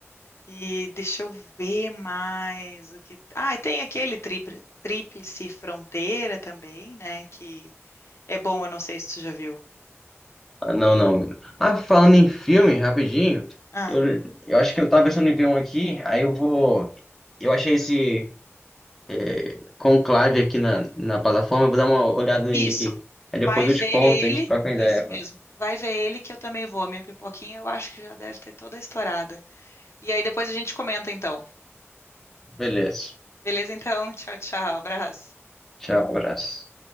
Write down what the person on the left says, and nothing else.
E deixa eu ver mais o que. Ah, e tem aquele trípli- Tríplice Fronteira também, né? Que é bom, eu não sei se tu já viu.
Ah,
isso.
Vai
ver
ele,
isso
mesmo. Vai ver ele que eu também vou. A minha pipoquinha eu acho que já deve ter toda estourada. E aí depois a gente comenta então.
Beleza, então? <laughs> Tchau, tchau. Abraço.